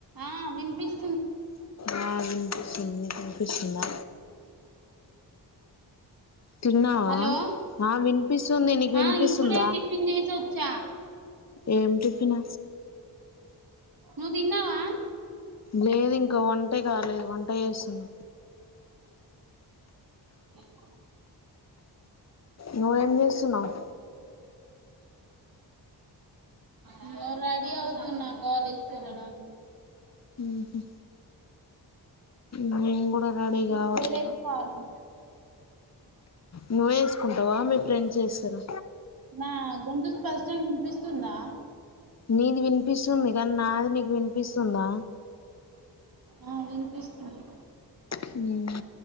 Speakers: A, on the right; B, on the left.
A: ఆ వినిపిస్తు
B: ఆ వినిపిస్తుంది నీకు వినిపిస్తుందా తిన్నావా
A: హలో
B: ఆ వినిపిస్తుంది నీకు
A: ఆ
B: వినిపిస్తుందా
A: ఇప్పుడే టిఫిన్ చేసి వచ్చా
B: ఏమి టిఫి తిన్న
A: నువ్వు తిన్నావా
B: లేదు ఇంక వంటే గాలేదు వంట జెస్తున్నా
A: ఎమో
B: నువ్వు ఏం జెస్సున్నావ్
A: ఇగో రెడీ అవుతున్నా కాలేజ్ కెళ్ళడానికి
B: హ్మ్ హు నేను గూడ రేడి గావాలి
A: జడేసుకోవాలి
B: ఇగ నువ్వే ఎస్కుంటావా మి ఫ్రెండ్స్ ఎస్తరా
A: నా గొంతు స్పష్టంగ వినిపిస్తుందా
B: నీది వినిపిస్తుంది గాని నాది నీకు వినిపిస్తుందా
A: ఆ వినిపిస్తుంది.
B: హ్మ్